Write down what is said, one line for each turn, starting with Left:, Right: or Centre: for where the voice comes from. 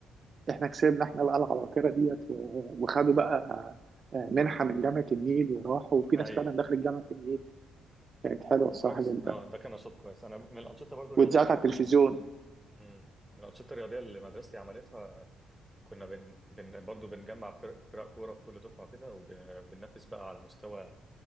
Right: احنا كسبنا احنا بقى العباقره ديت و- وخدوا بقى آه، منحه من جامعه النيل وراحوا وفي ناس
Centre: ايوه
Right: فعلا دخلت جامعه النيل كانت حلوه
Centre: طب
Right: الصراحه
Centre: كويس
Right: جدا
Centre: اه ده كان نشاط كويس انا من الانشطه برضو الرياضيه
Right: واتذاعت على التلفزيون
Centre: مم. من الانشطه الرياضيه اللي مدرستي عملتها كنا بن... بن... برضو بنجمع فرق... فرق كوره في كل دفعه كده وبننافس بقى على مستوى